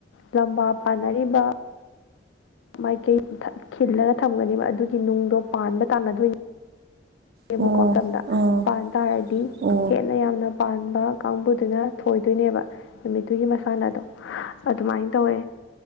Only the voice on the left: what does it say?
ꯂꯝꯕꯥ ꯄꯥꯅꯔꯤꯕ꯫ ꯃꯥꯏꯀꯩ ꯗꯛ ꯈꯤꯜꯂꯒ ꯊꯝꯒꯅꯦꯕ ꯑꯗꯨꯒꯤ ꯅꯨꯡꯗꯣ ꯄꯥꯟꯕ ꯇꯥꯟꯅꯗꯣꯏꯅꯤ꯫
ꯕꯀꯣ ꯁꯝꯗ
ꯄꯥꯟ ꯇꯥꯔꯗꯤ꯫
ꯍꯦꯟꯅ ꯌꯥꯝꯅ ꯄꯥꯟꯕ ꯀꯥꯡꯕꯨꯗꯨꯅ ꯊꯣꯏꯗꯣꯏꯅꯦꯕ꯫ ꯅꯨꯃꯤꯠꯇꯨꯒꯤ ꯃꯁꯥꯟꯅꯗꯣ ꯑꯗꯨꯃꯥꯏꯅ ꯇꯧꯋꯦ꯫